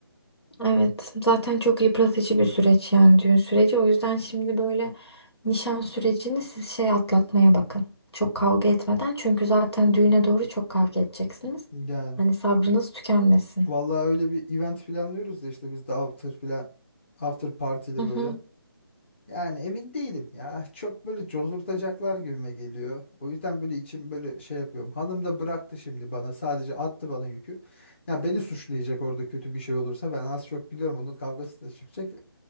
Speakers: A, on the left; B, on the left.
A: Evet. Zaten çok yıpratıcı bir süreç yani düğün süreci. O yüzden şimdi böyle nişan sürecini siz şey atlatmaya bakın. Çok kavga etmeden. Çünkü zaten düğüne doğru çok kavga edeceksiniz.
B: Yani
A: Hani sabrınız tükenmesin.
B: vallahi öyle bir event planlıyoruz da işte biz de after plan after partili
A: Hı hı.
B: böyle. Yani emin değilim ya. Çok böyle cozurtacaklar gibime geliyor. O yüzden böyle içim böyle şey yapıyorum. Hanım da bıraktı şimdi bana. Sadece attı bana yükü. Ya beni suçlayacak orada kötü bir şey olursa. Ben az çok biliyorum onun kavgası da çıkacak.